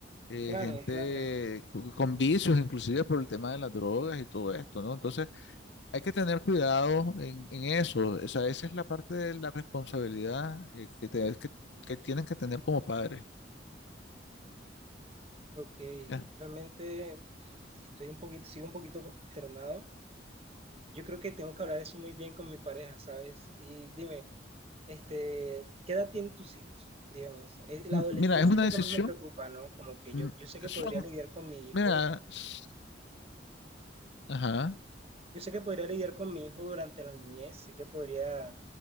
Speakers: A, on the left; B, on the right.
A: eh,
B: Claro,
A: gente
B: claro.
A: co- con vicios, inclusive por el tema de las drogas y todo esto, ¿no? Entonces, hay que tener cuidado en, en eso. O sea, esa es la parte de la responsabilidad eh, que, te- que, que tienen que tener como padres.
B: Ok,
A: ya.
B: realmente estoy un poquito, sigo un poquito consternado. Yo creo que tengo que hablar eso muy bien con mi pareja, ¿sabes? Y dime, Este, ¿qué edad tienen tus hijos? Digamos, Eh, la
A: M-
B: adolescencia
A: Mira, es una
B: es lo
A: decisión.
B: que más me preocupa, ¿no? Como que
A: mm,
B: yo, yo sé que
A: Son,
B: podría lidiar con mi hijo,
A: mira, s- ajá,
B: yo sé que podría lidiar con mi hijo durante la niñez, sé que podría